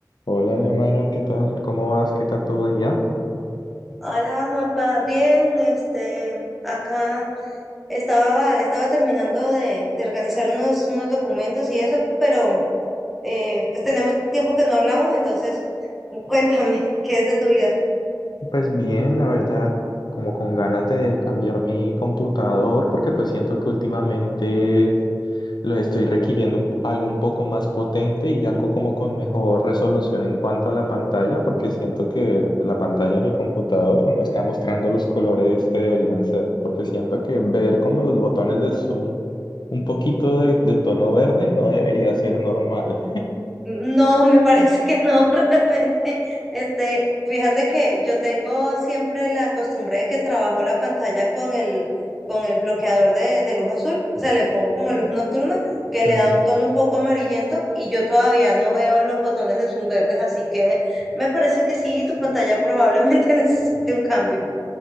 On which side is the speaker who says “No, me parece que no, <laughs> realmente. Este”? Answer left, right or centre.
Centre